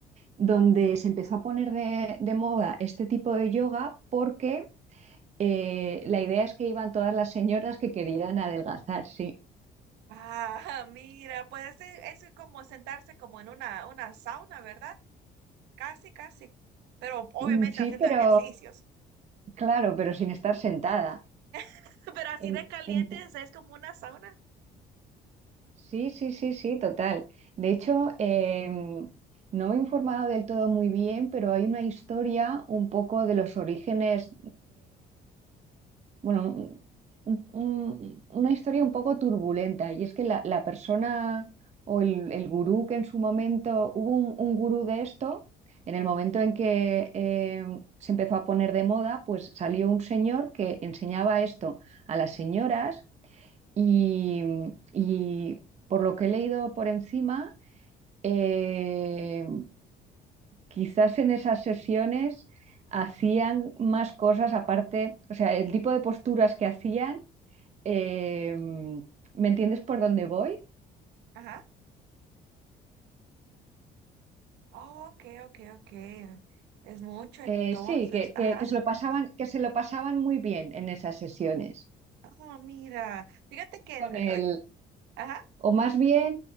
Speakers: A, on the right (about 40°); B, on the right (about 90°).
A: donde se empezó a poner de, de moda este tipo de yoga porque eh, la idea es que iban todas las señoras que querían adelgazar, sí.
B: Ah, <laughs> mira, puede ser, es como sentarse como en una, una sauna, ¿verdad? Casi, casi. Pero obviamente
A: Mm, Sí,
B: haciendo
A: pero
B: ejercicios.
A: claro, pero sin estar sentada.
B: <laughs> Pero así
A: En-
B: de caliente,
A: en-
B: o sea, es como una sauna.
A: sí, sí, sí, sí, total. De hecho, em, no me he informado del todo muy bien, pero hay una historia un poco de los orígenes bueno, un- un- una historia un poco turbulenta, y es que la, la persona o el, el gurú que en su momento, hubo un, un gurú de esto, en el momento en que eh, se empezó a poner de moda, pues salió un señor que enseñaba esto a las señoras y, y por lo que he leído por encima, eh, quizás en esas sesiones hacían más cosas aparte, o sea, el tipo de posturas que hacían eh, ¿me entiendes por dónde voy?
B: Ajá. Oh, ok, ok, ok. Es mucho entonces.
A: Eh, sí, que,
B: Ajá.
A: que- que se lo pasaban, que se lo pasaban muy bien en esas sesiones.
B: Oh, mira. Fíjate que...
A: Con
B: en-
A: el,
B: ay, Ajá.
A: o más bien,